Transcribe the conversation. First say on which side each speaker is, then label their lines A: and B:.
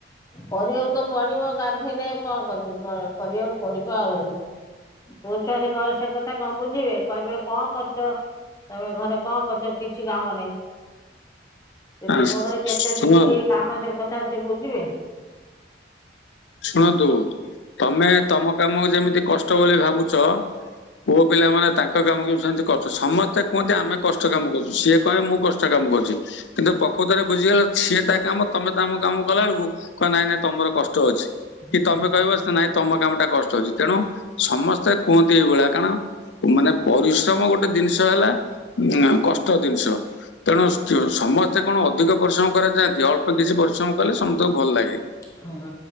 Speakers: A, on the left (about 20°); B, on the left (about 80°).
A: କରିବାକୁ ତ ପଡିବ ଗାଧୋଇଲେଉ କଣ କରିବୁ। କରିବାକୁ ପଡିବ ଆଉ। ପୁରୁଷ ସେ କଣ ସେ କଥା କଣ ବୁଝିବେ, କହିବେ କଣ କରୁଛ? ତମେ ଘରେ କଣ କରୁଛ କିଛି କାମ ନାଇଁ। ସେ
B: ହଁ
A: ଲୋକଙ୍କର କେତେ
B: ଶୁଣ
A: ଟିକେ ଟିକେ କାମ ସେ କଥା ସେ ବୁଝିବେ।
B: ଶୁଣନ୍ତୁ ତମେ ତମ କାମକୁ ଯେମିତି
A: ହଁ
B: କଷ୍ଟ ବୋଲି ଭାବୁଛ ପୁ ପିଲାମାନେ ତାଙ୍କ କାମକୁ ବି ସେମିତି କଷ୍ଟ ସମସ୍ତେ କୁହନ୍ତି ଆମେ କଷ୍ଟ କାମ କରୁଛୁ ସିଏ କହିବେ ମୁଁ କଷ୍ଟ କାମ କରୁଛି କିନ୍ତୁ ପ୍ରକୃତରେ ବୁଝିଗଲା ସିଏ ତା କାମ ତମେ ତମ କାମ କଲା ବେଳକୁ କହ ନାଇଁ ନାଇଁ ତମର କଷ୍ଟ ଅଛି କି
A: ହଁ।
B: ତମେ କହିବ ନାଇଁ ତମ କାମ ଟା କଷ୍ଟ ଅଛି ତେଣୁ ସମସ୍ତେ କୁହନ୍ତି ଏଇଭଳିଆ କାରଣ ମାନେ ପରିଶ୍ରମ ଗୋଟେ ଜିନିଷ ହେଲା କଷ୍ଟ ଜିନିଷ ତେଣୁ ସମସ୍ତେ କଣ ଅଧିକ ପରିଶ୍ରମ କରାଯାଆନ୍ତି ଅଳ୍ପ କିଛି ପରିଶ୍ରମ କଲେ ସମସ୍ତଙ୍କୁ ଭଲ ଲାଗେ।
A: ହଁ